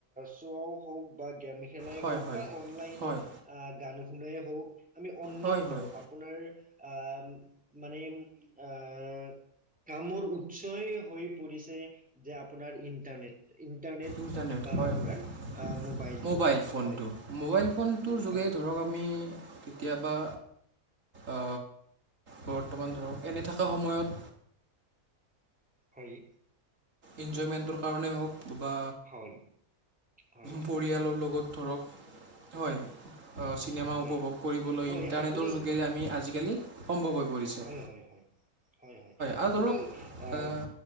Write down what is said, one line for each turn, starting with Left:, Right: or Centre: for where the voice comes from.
Centre: চোৱাও হওক বা গেম খেলাই
Right: হয়
Centre: হওক
Right: হয়
Centre: বা অনলাইন
Right: হয়
Centre: আহ গান শুনাই হওক - আমি অন্যান্য
Right: হয় হয়
Centre: আপোনাৰ আহ মানে আহ - কামৰ উৎসই হৈ পৰিছে যে আপোনাৰ ইণ্টাৰনেট, ইণ্টাৰনেট।
Right: ইণ্টাৰনেট
Centre: বা
Right: হয়,
Centre: আপোনাৰ
Right: হয়।
Centre: আহ, মোবাইলটো
Right: মোবাইল ফোনটো,
Centre: হয়
Right: মোবাইল ফোনটোৰ
Centre: হয়
Right: যোগে ধৰক আমি কেতিয়াবা আ বৰ্তমান ধৰক এনে থকা সময়ত
Centre: কৰি
Right: ইঞ্জয়মেন্তৰ কাৰণে হওক বা
Centre: হয়। হয়
Right: পৰিয়ালৰ লগত ধৰক, হয়। আঁ চিনেমা উপভোগ
Centre: হয়
Right: কৰিবলৈ
Centre: হয়
Right: ইণ্টাৰনেটৰ
Centre: আপুনি
Right: যোগে আমি আজিকালি সম্ভৱ হৈ পৰিছে।
Centre: হয় হয় হয় হয়, হয়।
Right: আৰু
Centre: আপুনি
Right: ধৰক
Centre: আ
Right: আহ,